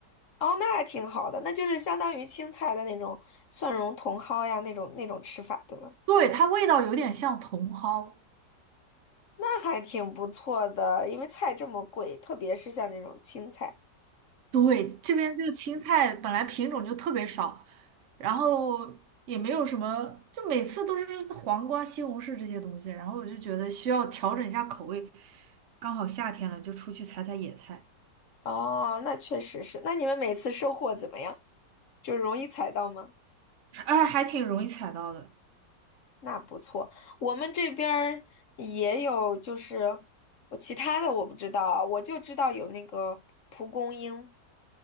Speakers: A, on the left; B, on the right.
A: 哦，那还挺好的，那就是相当于青菜的那种蒜蓉茼蒿呀，那种那种吃法，对吧？
B: 对，它味道有点像茼蒿。
A: 那还挺不错的，因为菜这么贵，特别是像这种青菜。
B: 对，这边这个青菜本来品种就特别少，然后也没有什么，就每次都是黄瓜、西红柿这些东西，然后我就觉得需要调整一下口味。刚好夏天了，就出去采采野菜，
A: 哦，那确实是。那你们每次收获怎么样？就容易采到吗？
B: 哎，还挺容易采到的。
A: 那不错，我们这边儿也有，就是我其他的我不知道啊，我就知道有那个蒲公英。